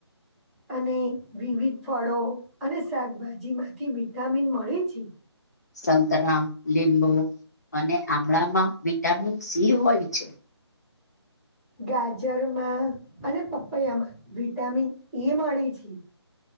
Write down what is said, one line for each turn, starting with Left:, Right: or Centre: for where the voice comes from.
Centre: અને વિવિધ ફળો અને શાકભાજી માંથી વિટામિન મળે છે
Left: સંતરા લીંબુ અને આમળામાં વિટામિન સી હોય છે
Centre: ગાજરમાં અને પપૈયામાં વિટામિન એ મળે છે